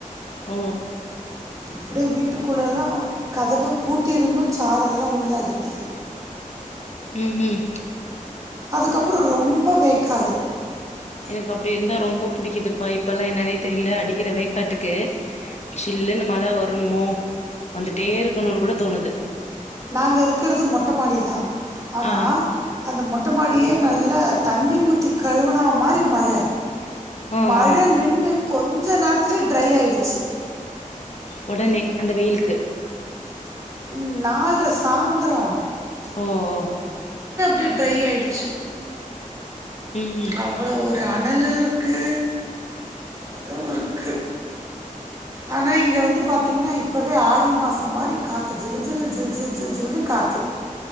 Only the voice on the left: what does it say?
ஓ
உம் உம்
எனக்கு அப்டி இருந்தா ரொம்ப பிடிக்குப்பா இப்பலாம் என்னனே தெரில அடிக்கிறவே காட்டுக்கு ஓகே சில்லுன்னு மழ வரணுமோ வந்துட்டே இருக்கணும்னு கூட தோணுது
ஆ
ஆ
ஆ
உடனே அந்த வெயிலுக்கு
ஓ ஓ
ம் ம்